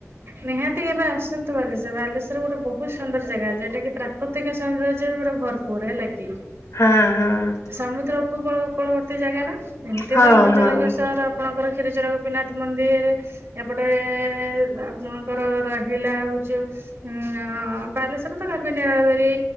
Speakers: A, on the right (about 50°); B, on the left (about 70°).
A: ନିହାତି କେବେ ଆସନ୍ତୁ ବାଲେଶ୍ଵର। ବାଲେଶ୍ଵର ଗୋଟେ ବହୁତ ସୁନ୍ଦର ଜାଗା, ଯୋଉଟାକି ପ୍ରାକୃତିକ ସୌନ୍ଦର୍ଯ୍ୟରେ ପୁରା ଭରପୁ ପୁର ହେଲା କି।
B: ହଁ, ହଁ।
A: ସମୁଦ୍ର ଉପକୂଳ କୂଳବର୍ତ୍ତୀ ଜାଗା ନା, ଏମିତି
B: ହଁ
A: ତ ପଞ୍ଚଲିଙ୍ଗେଶ୍ଵର
B: ହଁ ହଁ।
A: ଆପଣଙ୍କର କ୍ଷୀରଚୋରା ଗୋପୀନାଥ ମନ୍ଦିର୍, ଏପଟେ ଆପ୍ ଆପଣଙ୍କର ରହିଲା ହଉଚି ଯୋଉ ଉମ୍ ବାଲେଶ୍ଵର ତ ଗାପିନଗରୀ